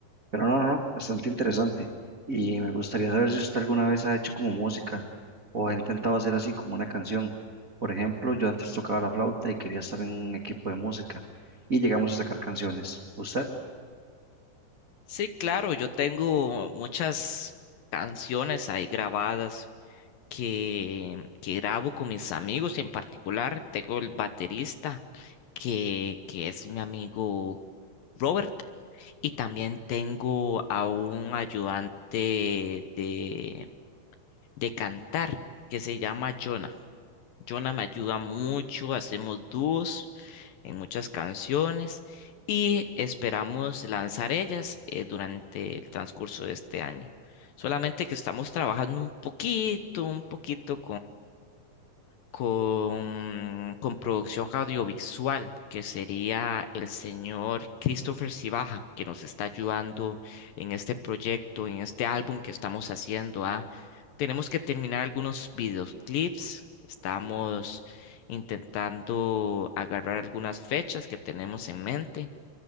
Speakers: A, on the right (about 80°); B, on the left (about 70°).
A: Pero no, no, no, bastante interesante. Y me gustaría saber si usted alguna vez ha hecho como música o ha intentado hacer así como una canción. Por ejemplo, yo antes tocaba la flauta y quería estar en un equipo de música y llegamos a sacar canciones. ¿Usted?
B: Sí, claro, yo tengo muchas canciones ahí grabadas que, que grabo con mis amigos, en particular tengo el baterista que, que es mi amigo Robert y también tengo a un ayudante de, de cantar que se llama Jonah. Jonah me ayuda mucho, hacemos dúos en muchas canciones y esperamos lanzar ellas eh, durante el transcurso de este año. Solamente que estamos trabajando un poquito, un poquito con, con producción audiovisual, que sería el señor Christopher Cibaja, que nos está ayudando en este proyecto, en este álbum que estamos haciendo. ah. Tenemos que terminar algunos videoclips, estamos intentando agarrar algunas fechas que tenemos en mente.